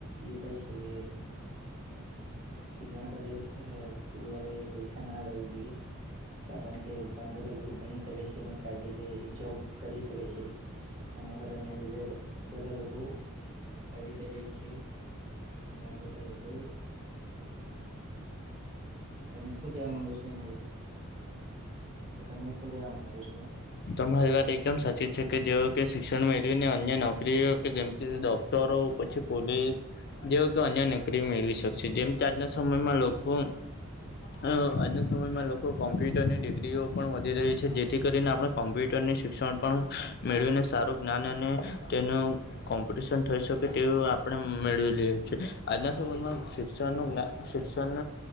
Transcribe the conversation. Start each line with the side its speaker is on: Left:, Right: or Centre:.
Right: ઉપાય છે કે ઘણા બધા લ એ સ્કૂલ વાળા પૈસા ના લેવું જોઈએ કારણ કે ઘણા બધા લોકો ભણી શકે છે અને સારી રીત તે જોબ કરી શકે છે એના કરણ ને લીધે બધા લોકો સારી રીતે જાય છે અને ઘણા બધા લોકો તમે શું કેવા માંગો છો એના રીતે તો તમે શું કેવા માંગો છો
Left: તમારી વાત એકદમ સાચી છે કે જેઓ કે શિક્ષણ મેળવીને અન્ય નોકરી કે જે ડોક્ટરો પછી પોલીસ જેવો કે અન્ય નોકરી મેળવી શકશે જેમ આજના સમ સમય માં લોકો હ આજના સમયમાં લોકો કોમ્પ્યુટરની ડિગ્રીઓ પણ વધી રહી છે જેથી કરીને આપણે કોમ્પ્યુટરની શિક્ષણ પણ મેળવીને સારું જ્ઞાન અને તેનું કોમ્પિટિશન થઈ શકે તેવું આપણે મેળવી લઈએ છે આજના સમયમાં શિક્ષણનું જ્ઞા શિક્ષણ